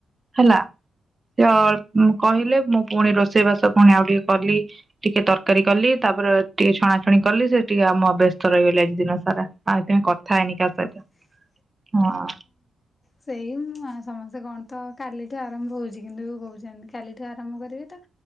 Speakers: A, on the right; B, on the left.
A: ହେଲା। <unintelligible> କହିଲେ ମୁଁ ପୁଣି ରୋଷେଇ ବାସ ପୁଣି ଆଉ ଟିକେ କଲି, ଟିକେ ତରକାରୀ କଲି ତାପରେ ଟିକେ ଛଣାଛଣି କଲି ସେ ଟିକେ ଆମ ବ୍ୟସ୍ତ ରହିଗଲି ଆଜି ଦିନ ସାରା, ଆଉ ଏଥିପାଇଁ କଥା ହେଇନି କାହା ସହିତ।
B: <unintelligible>
A: ହଁ
B: ସେଇଁ ସମସ୍ତେ କଣ ତ କାଲିଠୁ ଆରମ୍ଭ ହଉଛି କିନ୍ତୁ କହୁଛନ୍ତି କାଲିଠୁ ଆରମ୍ଭ କରିବେ ତ